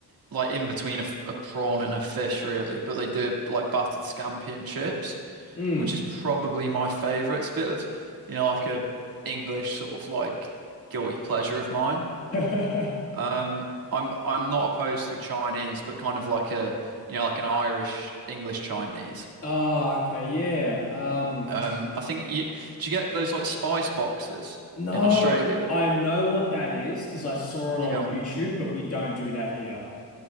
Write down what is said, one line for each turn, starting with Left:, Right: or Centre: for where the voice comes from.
Right: like in between a, f- a prawn and a fish, really. But they do it like battered scampi and chips.
Left: Mm.
Right: which is probably my favorite. It's a bit of, you know, like a English sort of like guilty pleasure of mine.
Left: <laughs>
Right: Um, I'm I'm not opposed to a Chinese, but kind of like a, you know, like an Irish English Chinese.
Left: Ah, okay, yeah. Um,
Right: Um, I think you do you get those like spice boxes
Left: no,
Right: in Australia?
Left: I know what that is because I saw it
Right: Yeah,
Left: on YouTube, but we don't do that here.